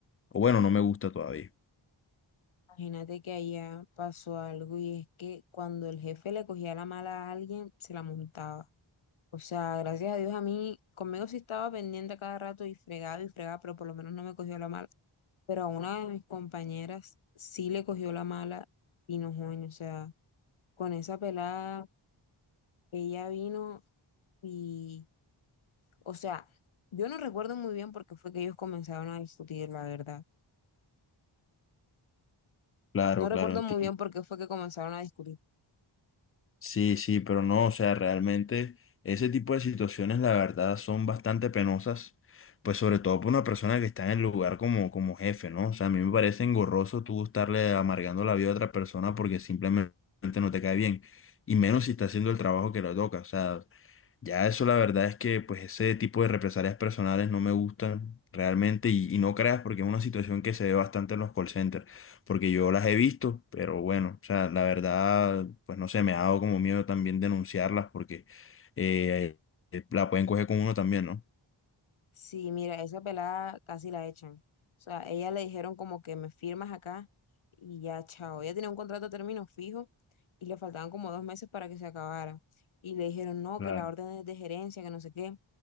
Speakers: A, on the left; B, on the left.
A: O bueno, no me gusta todavía.
B: Imagínate que allá pasó algo y es que cuando el jefe le cogía la mala a alguien, se la montaba. O sea, gracias a Dios a mí, conmigo sí estaba pendiente a cada rato y fregaba y fregaba, pero por lo menos no me cogió la mala. Pero a una de mis compañeras sí le cogió la mala y no, joven, o sea, con esa pelada, ella vino y O sea, yo no recuerdo muy bien por qué fue que ellos comenzaron a discutir, la verdad.
A: Claro,
B: No recuerdo
A: claro, entiendo.
B: muy bien por qué fue que comenzaron a discutir.
A: Sí, sí, pero no, o sea, realmente ese tipo de situaciones, la verdad, son bastante penosas, pues sobre todo para una persona que está en el lugar como, como jefe, ¿no? O sea, a mí me parece engorroso tú estarle amargando la vida a otra persona porque simplemente no te cae bien, y menos si está haciendo el trabajo que le toca, o sea, Ya eso la verdad es que pues ese tipo de represalias personales no me gustan realmente y, y no creas porque es una situación que se ve bastante en los call centers, porque yo las he visto, pero bueno, o sea, la verdad pues no sé, me ha dado como miedo también denunciarlas porque eh, eh, la pueden coger con uno también, ¿no?
B: Sí, mira, esa pelada casi la echan. O sea, ella le dijeron como que me firmas acá y ya, chao. Ella tenía un contrato a término fijo y le faltaban como dos meses para que se acabara. Y le dijeron, no,
A: Claro,
B: que la orden es de gerencia, que no sé qué.